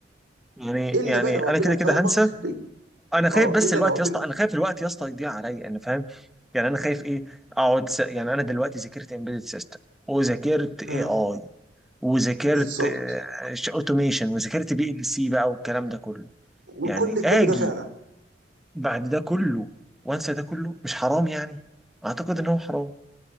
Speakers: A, in the centre; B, on the right.
A: يعني
B: الا
A: يعني
B: بقى لو
A: انا
B: ربنا
A: كده
B: كرمك
A: كده هنسى
B: ب-
A: انا خايف
B: اه
A: بس
B: الا
A: الوقت
B: لو ربنا
A: يا اسطى انا خايف الوقت يا اسطى يضيع عليا انا فاهم يعني انا خايف ايه اقعد س... يعني انا دلوقتي ذاكرت امبيدد سيستم وذاكرت اي
B: مم.
A: اي وذاكرت
B: بالظبط
A: اوتوميشن وذاكرت بي ال سي بقى والكلام ده كله
B: وكل
A: يعني اجي
B: كل ده فعلا
A: بعد ده كله وانسى ده كله مش حرام يعني اعتقد ان هو حرام